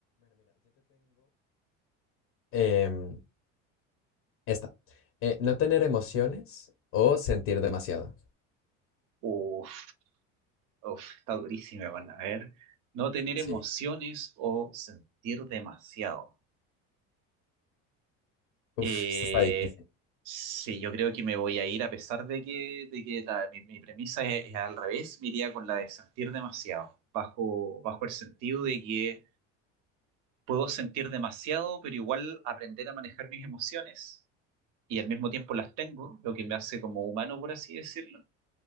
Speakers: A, on the left; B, on the right.
A: Em, esta. Eh, no tener emociones o sentir demasiado.
B: Uf. Uf, está durísima, van a ver. No tener
A: Sí.
B: emociones o sentir demasiado.
A: Uf,
B: Eh,
A: esta está difícil.
B: sí, yo creo que me voy a ir, a pesar de que, de que la- mi, mi premisa es, es al revés, me iría con la de sentir demasiado, bajo, bajo el sentido de que puedo sentir demasiado, pero igual aprender a manejar mis emociones y al mismo tiempo las tengo, lo que me hace como humano, por así decirlo